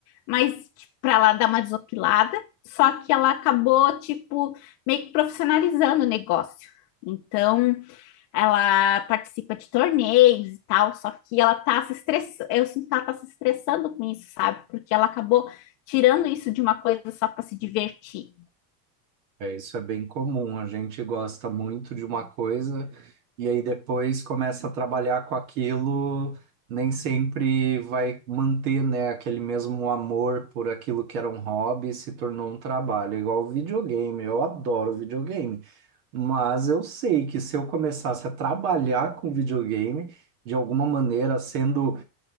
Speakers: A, on the left; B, on the right.
A: mas, tipo, pra ela dar uma desopilada, só que ela acabou, tipo, meio que profissionalizando o negócio. Então, ela participa de torneios e tal, só que ela tá se estressando, eu sinto que ela tá se estressando com isso, sabe? Porque ela acabou tirando isso de uma coisa só para se divertir.
B: É, isso é bem comum. A gente gosta muito de uma coisa e aí depois começa a trabalhar com aquilo, nem sempre vai manter, né, aquele mesmo amor por aquilo que era um hobby e se tornou um trabalho. É Igual videogame. Eu adoro videogame. Mas eu sei que se eu começasse a trabalhar com videogame, de alguma maneira, sendo